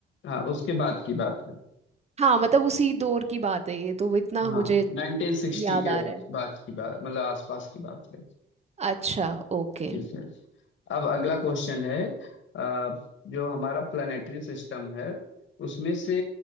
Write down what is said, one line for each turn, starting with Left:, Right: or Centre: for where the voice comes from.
Left: हाँ उसके बाद की बात है
Right: हाँ मतलब उसी दौर की बात है ये तो इतना
Left: हाँ
Right: मुझे
Left: 1960
Right: याद
Left: के
Right: आ रहा है
Left: बाद की बात मतलब आसपास की बात है
Right: अच्छा ओके
Left: ठीक है अब अगला क्वेश्चन है अ, जो हमारा प्लानिटरी सिस्टम है उसमें से